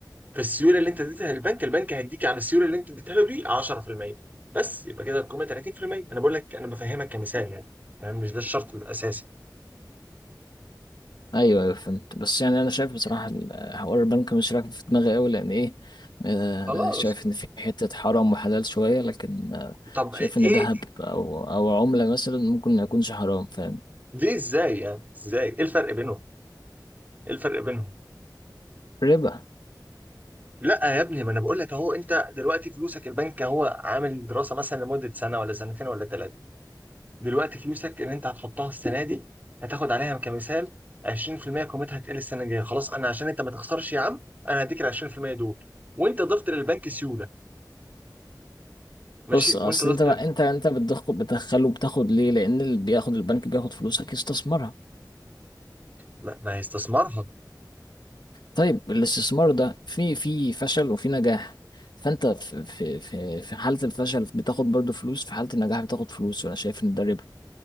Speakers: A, on the right; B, on the left.
A: فالسيوله اللي انت اديتها للبنك البنك هيديك على السيوله اللي انت اديتها له دي 10% بس يبقى كده القيمه 30% انا بقول لك انا بفهمك كمثال يعني فاهم مش ده الشرط الاساسي
B: أيوه أيوه فهمت بس يعني أنا شايف بصراحة ال- حوار البنك مش راكب في دماغي أوي لأن إيه آه
A: خلاص
B: شايف إن في حتة حرام وحلال شوية لكن آه
A: طب
B: شايف
A: ايه
B: إن دهب أو أو عملة مثلا ممكن ما يكونش حرام فاهم؟
A: ليه ازاي يعني ازاي ايه الفرق بينهم ايه الفرق بينهم
B: ربا
A: لا يا ابني ما انا بقول لك اهو انت دلوقتي فلوسك البنك هو عامل دراسه مثلا لمده سنه ولا سنتين ولا ثلاثه دلوقتي فلوسك اللي انت هتحطها السنه دي هتاخد عليها كمثال 20% قيمتها هتقل السنه الجايه خلاص انا عشان انت ما تخسرش يا عم انا هديك ال 20% دول وانت ضفت للبنك سيوله ماشي
B: بص
A: وانت
B: اصل
A: ضفت
B: انت بقى انت انت بتدخل بتدخله بتاخد ليه لان اللي بياخد البنك بياخد فلوسك يستثمرها
A: لا ما هيستثمرها
B: طيب الاستثمار ده في في فشل وفي نجاح فانت في في في في حالة الفشل بتاخد برضو فلوس في حالة النجاح بتاخد فلوس وانا شايف ان ده ربا